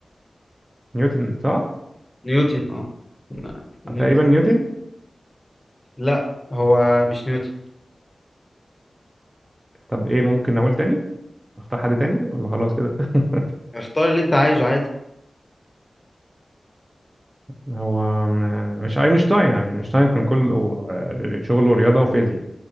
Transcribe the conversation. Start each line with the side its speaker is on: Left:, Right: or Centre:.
Right: نيوتن صح
Left: نيوتن اه لا، نيوتن
Right: أه، تقريبا نيوتن
Left: لا هو مش نيوتن
Right: طب ايه ممكن اقول تاني اختار حد تاني ولا خلاص كده <laughs>
Left: اختار اللي انت عايزه عادي
Right: هو م... مش اينشتاين يعني. اينشتاين كان كله آه، شغله رياضه وفيزياء